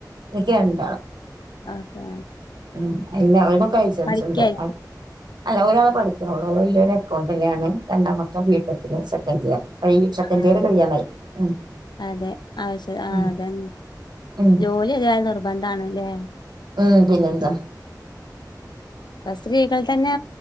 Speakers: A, on the right; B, on the left.
A: ഇൻക്ക് രണ്ടാള്
B: ഓക്കെ
A: ഉം എല്ലാ ഓൽക്കൊക്കെ ലൈസൻസ്ണ്ട്.
B: പഠിക്കായിരിക്കും
A: അ അല്ല ഒരാള് പഠിക്ക്ണൊള്ളു. വല്ല്യോനെക്കൗണ്ടൻ്റാണ്, രണ്ടാമത്തോൻ ബീ ടെക്കിന് സെക്കൻഡിയർ <unintelligible> ക്കെൻഡിയറ്
B: ആഹ്
A: കഴിയാനായി. ഉം
B: അതെ ആവ്ശ്യ ആഹാ
A: ഉം
B: അതെന്നെ,
A: ഉം
B: ജോല്യേതായാലും നിർബന്ധാണ്ലേ.
A: ഉം പിന്നെന്താ.
B: അത് സ്ത്രീകൾ തന്നെ